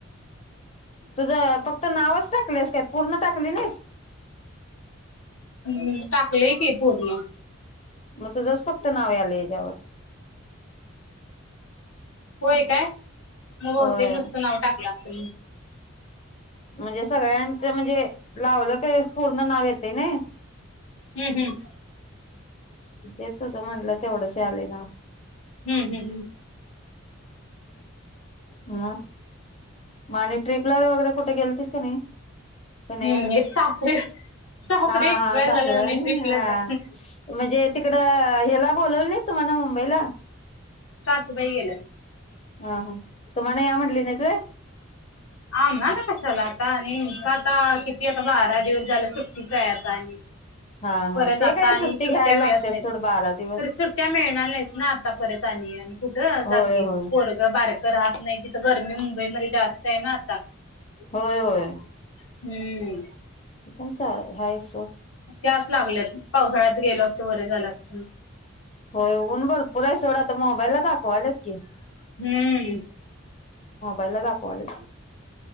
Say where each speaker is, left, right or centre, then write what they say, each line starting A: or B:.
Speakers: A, on the left (about 30°); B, on the left (about 70°).
A: तुझं फक्त नावच टाकल्यास काय, पूर्ण टाकली नाहीस?
B: हम्, टाकलंय की पूर्ण.
A: म तुझच फक्त नाव यायलयं एज्यावर.
B: होय काय? म बहुतेक
A: होय
B: नुसतं नाव टाकलं असं <inaudible>
A: म्हणजे सगळ्यांचं म्हणजे लावलं क पूर्ण नाव येतयं नई
B: हम्-हम्
A: ते तुझं म्हणलं तेवढंच यालय नाव.
B: हम्-हम्
A: हां म आणि ट्रीपला वगैरे कुठं गेलतिस काय नाही? का नाही
B: हम्म,
A: अजून
B: ईत सासरे सासरे
A: हा
B: एक्सपायर
A: हा सासरा
B: झाल्यात आणि ट्रिपला
A: हा
B: जा
A: म्हणजे तिकडं हेला बोलवलं नाही तुम्हाला मुंबईला
B: सासूबाई गेल्यात.
A: हं हा. तुम्हाला या म्हटली नाहीत व्हयं?
B: आम्हाला कशाला आता आणि सात आठ किती आता बारा दिवस झालं सुट्टीच आहे आता आणि
A: हा हा
B: परत
A: ते
B: आता
A: काय
B: आणि
A: सुट्टी
B: सुट्ट्या
A: घ्यायला
B: मिळत
A: लागते
B: नाहीत.
A: सोड बारा दिवस
B: तरी सुट्ट्या मिळणार नाहीत ना आता परत आणि आणि कुठं
A: होय
B: जातीस
A: होय
B: पोरगं बार क राहत नाही तिथं गरमी मुंबईमध्ये जास्त आहे ना आता.
A: होय, होय.
B: हम्म.
A: हि पण चाळ आहे हायच सोड.
B: त्यांच लागल्यात पावसाळ्यात गेलो असत बरं झालं असतं म्ह
A: होय ऊन भरपुर आ सोड आता मोबाईला दाखवायल्यात की
B: हम्म
A: बला दाखवायल्यात